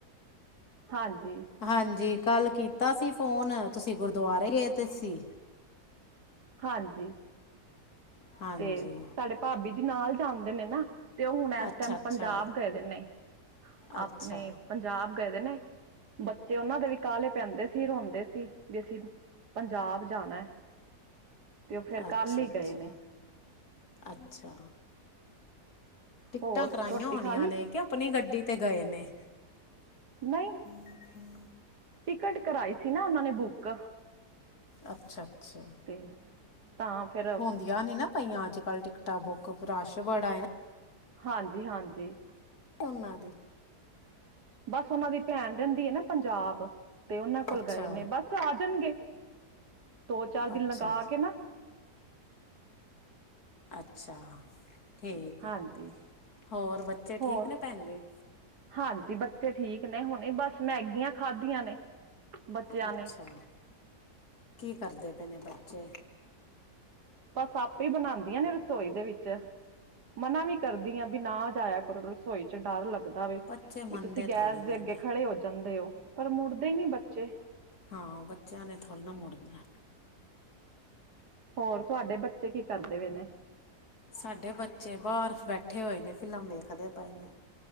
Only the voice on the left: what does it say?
ਹਾਂਜੀ ਕੱਲ੍ਹ ਕੀਤਾ ਸੀ ਫੋਨ ਤੁਸੀਂ ਗੁਰਦੁਆਰੇ ਗਏ ਤੇ ਸੀ।
ਹਾਂਜੀ
ਅੱਛਾ
ਅੱਛਾ
ਅੱਛਾ
ਅੱਛਾ
ਅੱਛਾ
ਅੱਛਾ। ਟਿਕਟਾਂ
ਕਰਾਈਆਂ
ਹੋਣੀਆਂ
ਨੇ ਕਿ ਆਪਣੀ ਗੱਡੀ ਤੇ ਗਏ ਨੇ
<unintelligible>
ਅੱਛਾ-ਅੱਛਾ।
ਹੁੰਦੀਆਂ ਨੀ ਨਾ ਪਈਆਂ। ਅੱਜਕੱਲ੍ਹ ਟਿਕਟਾਂ ਬੁੱਕ ਰਸ਼ ਬੜਾ ਐ ਨਾ
ਉਹਨਾਂ ਦੀ
ਅੱਛਾ
ਅੱਛਾ
ਅੱਛਾ, ਠੀਕ
ਐ ਹੋਰ ਬੱਚੇ ਠੀਕ
ਨੇ ਭੈਣ ਜੀ।
ਅੱਛਾ,
ਕੀ ਕਰਦੇ ਪਏ ਨੇ ਬੱਚੇ?
ਬੱਚੇ ਮੰਨਦੇ
ਥੋੜ੍ਹੀ ਨਾ
ਨੇ
ਹਾਂ, ਬੱਚਿਆਂ ਨੇ ਥੋੜ੍ਹੀ ਨਾ ਮੁੜਨਾ।
ਸਾਡੇ ਬੱਚੇ ਬਾਰ ਬੈਠੇ ਹੋਏ ਨੇ। ਫਿਲਮ ਵੇਖਦੇ ਪਏ ਨੇ।